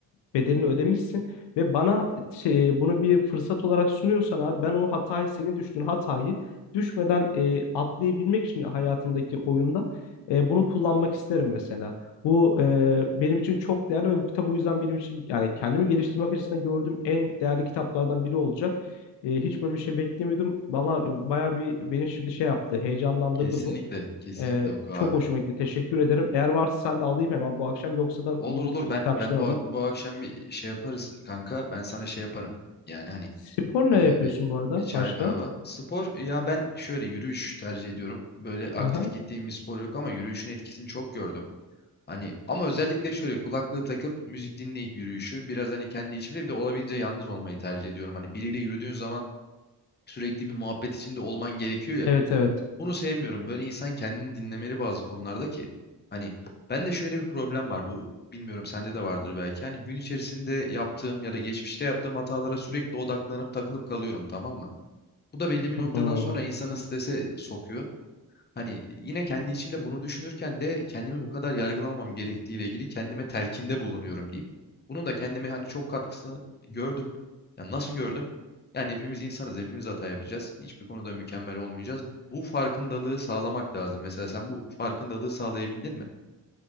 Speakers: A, on the left (about 70°); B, on the left (about 25°).
A: bedelini ödemişsin ve bana şey, bunu bir fırsat olarak sunuyorsan abi ben o hatayı, senin düştüğün hatayı düşmeden e, atlayabilmek için hayatımdaki oyunda e, bunu kullanmak isterim mesela. Bu e, benim için çok değerli ve bu kitap o yüzden benim için yani kendimi geliştirmek açısından gördüğüm en değerli kitaplardan biri olacak. E, hiç böyle bir şey beklemiyordum. Valla e, bayağı bir beni şimdi şey yaptı, heyecanlandırdı
B: Kesinlikle
A: bu.
B: kesinlikle
A: E,
B: oku abi.
A: çok hoşuma gitti. Teşekkür ederim. Eğer varsa sen de alayım hemen bu akşam. Yoksa da
B: Olur
A: gidip
B: olur
A: bir
B: ben
A: kitapçıdan
B: ben bu,
A: alayım.
B: Tamam. bu akşam bir şey yaparız kanka. Ben sana şey yaparım. Yani hani
A: Spor ne
B: e,
A: yapıyorsun
B: bir,
A: bu arada?
B: bir çay
A: Başka?
B: kahve. Spor ya ben şöyle yürüyüş tercih ediyorum. Böyle aktif
A: Aha.
B: gittiğim bir spor yok ama yürüyüşün etkisini çok gördüm. Hani ama özellikle şöyle kulaklığı takıp müzik dinleyip yürüyüşü biraz hani kendi içimde bir de olabildiğince yalnız olmayı tercih ediyorum. Hani biriyle yürüdüğün zaman sürekli bir muhabbet içinde olman gerekiyor ya.
A: Evet evet.
B: Bunu sevmiyorum. Böyle insan kendini dinlemeli bazı konularda ki. Hani ben de şöyle bir problem var. Bu bilmiyorum sende de vardır belki. Hani gün içerisinde yaptığım ya da geçmişte yaptığım hatalara sürekli odaklanıp takılıp kalıyorum tamam mı? Bu da belli bir
A: Hmm.
B: noktadan sonra insanı strese sokuyor. Hani yine kendi içimde bunu düşünürken de kendimi bu kadar yargılamamam gerektiğiyle ilgili kendime telkinde bulunuyorum diyeyim. Bunun da kendime hani çok katkısını gördüm. Ya nasıl gördüm? Yani hepimiz insanız, hepimiz hata yapacağız. Hiçbir konuda mükemmel olmayacağız. Bu farkındalığı sağlamak lazım. Mesela sen bu farkındalığı sağlayabildin mi?